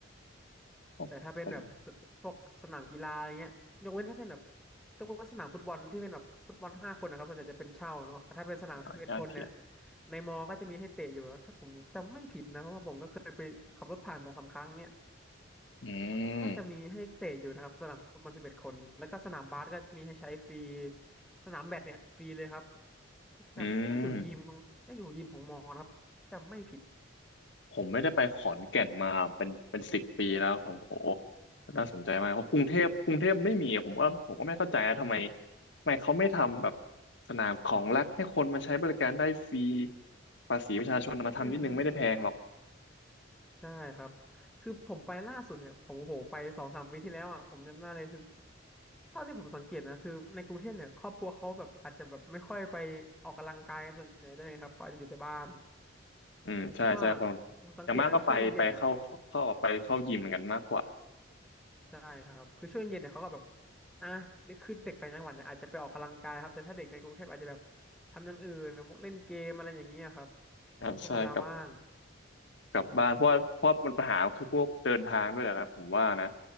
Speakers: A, on the left (about 65°); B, in the centre.
A: โอ้ผม
B: แต่ถ้าเป็นแบบสพวกสนามกีฬาอะไรเงี้ยยกเว้นถ้าเป็นแบบยกเว้นสนามฟุตบอลที่เป็นแบบฟุตบอลห้าคนนะครับส่วนใหญ่จะเป็นเช่าเนาะแต่ถ้าเป็นสนามสิบเอ็ดคนเนี่ย
A: เดี๋ยวจะเีย
B: ในมอก็จะมีให้เตะอยู่แล้วถ้าผมจำไม่ผิดนะเพราะว่าผมก็เคยไปขับรถผ่านสองสามครั้งเนี่ย
A: อืม
B: น่าจะมีให้เตะอยู่นะครับสนามฟุตบอลสิบเอ็ดคนแล้วก็สนามบาสก็มีให้ใช้ฟรีสนามแบดเนี่ยฟรีเลยครับถ้าจำน่าจะอยู่ยิมของน่าจะอยู่ยิมของมอนะครับจำไม่ผิด
A: อืมผมไม่ได้ไปขอนแก่นมาเป็นเป็นสิบปีแล้วผมโอ้น่าสนใจมากเพราะกรุงเทพกรุงเทพไม่มีอะผมว่าผมก็ไม่เข้าใจนะทำไมทำไมเขาไม่ทำแบบสนามของรัฐให้คนมาใช้บริการได้ฟรีภาษีประชาชนเอามาทำนิดนึงไม่ได้แพงหรอก
B: อืมอืมอืม ใช่ครับคือผมไปล่าสุดเนี่ยผมโอ้โหไปสองสามปีที่แล้วอ่ะผมจำได้เลยคือเท่าที่ผมสังเกตนะคือในกรุงเทพเนี่ยครอบครัวเขาแบบอาจจะแบบไม่ค่อยไปออกกำลังกายส่วนใหญ่ด้วยนะครับเขาอาจจะอยู่แต่บ้าน
A: อืมใช่ใช่คน
B: ว่าผมสังเกตนะช่วงเย็นๆเนี่ย
A: อย่างมากก็ไปไปเข้าเข้าเข้าออกไปเข้ายิมเหมือนกันมากกว่า
B: ใช่ครับคือช่วงเย็นๆเนี่ยเขาก็แบบอ่ะคือเด็กต่างจังหวัดเนี่ยอาจจะไปออกกำลังกายครับแต่ถ้าเด็กในกรุงเทพอาจจะแบบทำอย่างอื่นแบบพวกเล่นเกมอะไรอย่างเงี้ยครับ
A: อ่าใช่กับ
B: ช่วงเวลาว่าง
A: กลับบ้านเพราะว่าเพราะมันปัญหาคือพวกเดินทางด้วยแหละครับผมว่านะ